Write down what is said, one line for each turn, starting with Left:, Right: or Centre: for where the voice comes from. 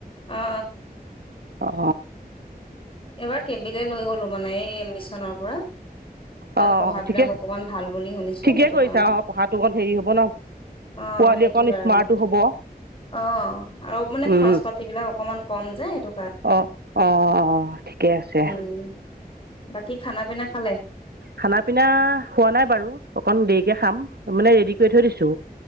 Left: অ
Right: অ।
Left: এবাৰ কেবিলে লৈ গলো মানে এই মিছনৰ পৰা। তাত
Right: অ
Left: পঢ়া
Right: ঠিকে
Left: বিলাক অকমান ভাল বুলি শুনিছোঁ
Right: ঠিকে
Left: সেইটো
Right: কৰিছা
Left: কাৰণে।
Right: অ পঢ়াটো অকণ হেৰি হ'ব ন
Left: অ'!
Right: পোৱালি
Left: সেইটো
Right: অকণ
Left: কাৰণে,
Right: স্মাৰ্টো হ'ব
Left: অ'! আৰু মানে
Right: উম
Left: খৰচ পাতি বিলাক অকমান কম যে এইটো
Right: অ'! অ'! অ'! অ'! ঠিকেই আছে।
Left: উম বাকী খানা পিনা খালে?
Right: খানা পিনা, হোৱা নাই বাৰু অকন দেৰিকে খাম। মানে, ৰেডি কৰি থৈ দিছোঁ।